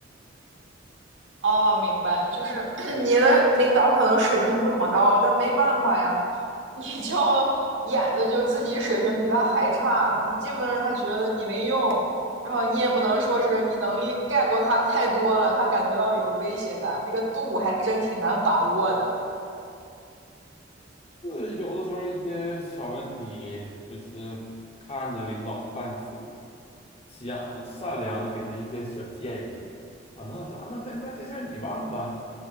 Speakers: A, on the right; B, on the left.
A: 哦，明白，就是 <clears throat> 你的领导可能水平不怎么高，但没办法呀，你就演的就自己水平比他还差，你既不能让他觉得你没用，然后你也不能说是你能力盖过他太多了，他感觉到有威胁感，那个度还真挺难把握的。
B: 就是有的时候一些小问题，就是看着领导犯蠢，想善良的给他一些小建议啊。那咱那那那这事儿你办吧。